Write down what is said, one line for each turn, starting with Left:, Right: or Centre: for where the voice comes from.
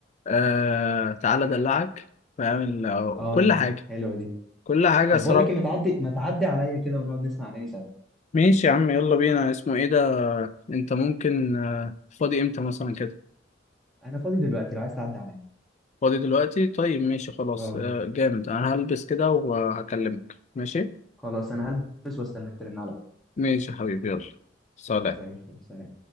Left: آه تعالى ادلعك فاهم ال-
Centre: <laughs> اه
Left: كل
Centre: دي
Left: حاجه
Centre: حلوه دي
Left: كل حاجه
Centre: طب
Left: صراحه
Centre: بقول لك إيه، ما تعدي ما تعدي عليا كده ونقعد نسمع اغاني سوا
Left: ماشي يا عم يلا بينا اسمه ايه ده انت ممكن آه، فاضي امتى مثلا كده
Centre: انا فاضي دلوقتي لو عايز تعدي عليا
Left: فاضي دلوقتي طيب ماشي خلاص
Centre: اه
Left: آه، جامد انا هلبس كده وهكلمك ماشي
Centre: خلاص انا هلبس واستناك ترن عليا
Left: ماشي يا حبيبي يلا سلام
Centre: زي الفل سلام